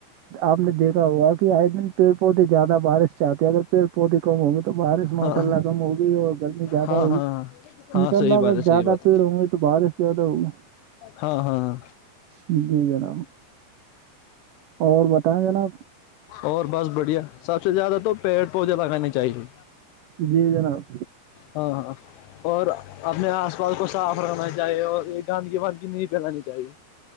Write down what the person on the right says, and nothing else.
آپ نے دیکھا ہوا کہ آئے دن پیڑ پودے زیادہ بارش سے آتے ہیں اگر پیڑ پودے کم ہوں گے تو تو بارش ماسء
اللہ
کم ہوگی گرمی زیادہ
ہوگی
ان
شاء اللہ
اگر
زیادہ
پیڑ ہوں گے تو بارش زیادہ ہوگا
جی جناب اور بتائیں جناب
جی جناب